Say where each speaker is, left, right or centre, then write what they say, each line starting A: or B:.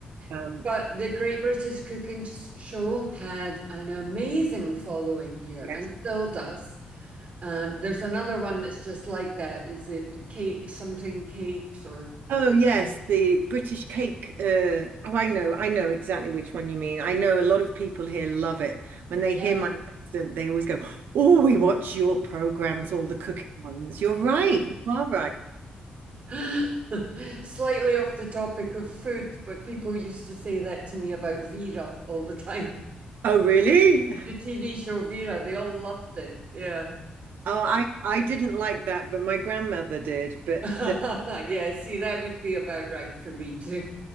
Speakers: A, on the right; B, on the right.
A: Um,
B: Yeah. But the Great British Cooking S- Show had an amazing following here
A: Yes.
B: and still does. Um, there's another one that's just like that. Is it cake, something cakes or
A: Oh, yes, the British cake. Uh, oh, I know, I know exactly which one you mean. I know a lot of people here love it. When they
B: Yeah.
A: hear my accent, they always go, "Oh, we watch your programs, all the cooking ones." You're right. You are right.
B: <laughs> slightly off the topic of food, but people used to say that to me about Vera all the time. <laughs>
A: Oh, really?
B: The TV show Vera, they all loved it. Yeah.
A: Oh, I I didn't like that, but my grandmother did. But
B: <laughs>
A: uh,
B: Yeah, see, that would be about right for me too.